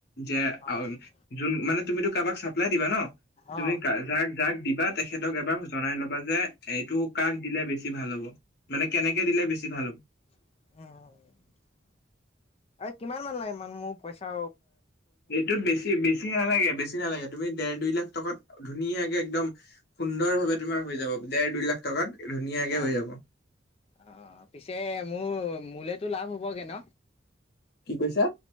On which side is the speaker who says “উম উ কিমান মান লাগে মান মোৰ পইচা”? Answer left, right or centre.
Left